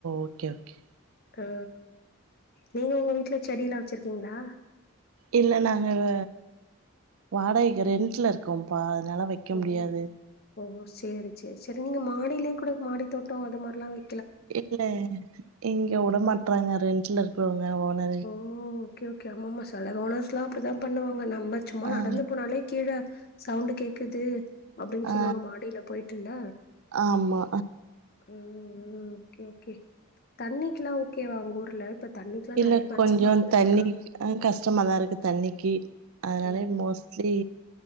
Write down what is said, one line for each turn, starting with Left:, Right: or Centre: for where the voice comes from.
Right: ஓகே ஓகே
Left: ஆ நீங்க உங்க வீட்டுல செடிய எல்லா வச்சிருக் இருங்களா
Right: இல்ல நாங்க வ வாடகைக்கு ரென்ட்ல இருக்கோ பா அதனால வைக்க
Left: ஓ
Right: முடியாது
Left: ஓ சேரி சேரி சேரி நீங்க மாடிலேய கூட மாடி தோட்டோ அது மாரிலா வை
Right: இல்ல இங் க உட மாட்டறாங்க ரென்ட்ல இருக்கிறவங்க ஓனரு
Left: ஓ ஓகே ஓகே ஆமாம தல ஓனர்ஸ் லா அப்டிதா பண்ணுவாங்க நம்ப சும்மா
Right: ஆ
Left: நடந்து போனாலே கீழே சவுண்டு கேக்குது அப்டின்னு
Right: ஆ
Left: சொல்லுவாங்க மாடியில போயிட்டுல்ல
Right: ஆமா
Left: ம் ம் ஓகே ஓகே தண்ணிக்குல்லா ஓகேவா உங்க ஊர்ல தண்ணிக்லா
Right: இல்ல
Left: நெறைய பஞ்சம்
Right: கொஞ்சோ
Left: ஆகுது
Right: தண்ணி
Left: சொல்றாங்க
Right: அ கஷ்டமாதா இருக்கு தண்ணிக்கு அதனாலயே
Left: ஓ
Right: மோஸ்லி